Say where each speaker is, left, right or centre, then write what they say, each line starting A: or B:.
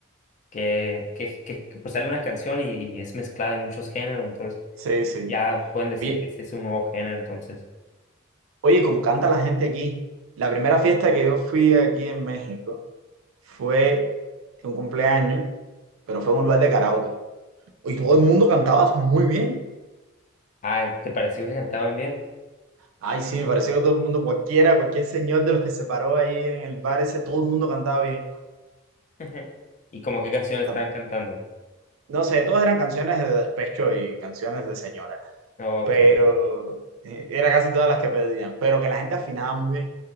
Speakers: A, on the left; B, on the right.
A: qué, qué, qué- qué- pues sale una canción y, y es mezclada de muchos géneros, entonces
B: sí, sí.
A: ya pueden decir
B: Oye,
A: que ese es un nuevo género, entonces,
B: oye, como canta la gente aquí, la primera fiesta que yo fui aquí en México fue un cumpleaños, pero fue en un lugar de karaoke. Y todo el mundo cantaba muy bien.
A: ah, ¿te pareció que cantaban bien?
B: Ay, sí, me pareció que todo el mundo, cualquiera, cualquier señor de los que se paró ahí en el bar ese, todo el mundo cantaba bien.
A: <laughs> ¿Y como qué canción estaban
B: Ta-
A: cantando?
B: No sé, todas eran canciones de despecho y canciones de señora,
A: Ok,
B: pero eh, era casi todas las que pedían, pero que la gente afinaba muy bien.